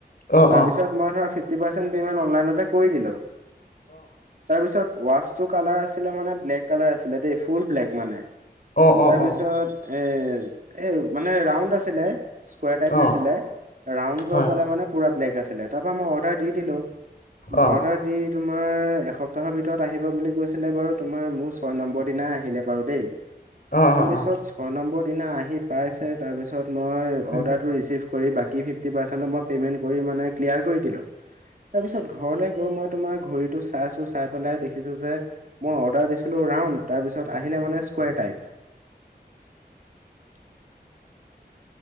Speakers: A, on the left; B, on the right.
A: অ
B: তাৰপিছত
A: অ অ
B: মই ধৰ ফিফটি পাচেণ্ট অনলাইনতে কৰি দিলো। তাৰপিছত ৱছ কালাৰ আছিলে মানে ব্লেক কালাৰ আছিলে দেই ফুল ব্লেক মানে
A: অ অ
B: তাৰপিছত
A: অ
B: এ এ মানে ৰাউনণ্ড আছিলে। স্ক টাইপ
A: অ
B: নাছিলে ৰাউনণ্ড হৈ
A: হয়
B: পেলাই মানে পুৰা ব্লেক আছিলে তাৰ পৰা মই অৰ্ডাৰ। দি দিলো
A: অ
B: অৰ্ডাৰ দি তোমাৰ এসপ্তাহৰ ভিতৰত আহিব বুলি। কৈছিলে বাৰু তোমাৰ মোৰ ছয় নম্বৰ দিনাই আহিলে বাৰু দে
A: অ
B: তাৰ
A: অ
B: পিছত
A: অ
B: ছয় নম্বৰ দিনা আহি পাইছে, তাৰপাছত মই
A: উম
B: অডাৰ্টো ৰিচিভ কৰি বাকী ফিফটি পাৰ্চেন্টে দি কিলিয়াৰ কৰি দিলোঁ। তাৰপিছত ঘৰলৈ গৈ মই তোমাৰ ঘড়ীটো চাইছো চাই পেলাই দেখিছো যে মই অৰ্ডাৰ দিছিলোঁ ৰাউনণ্ড তাৰপিছত আহিলে মানে স্ক type. <inaudible>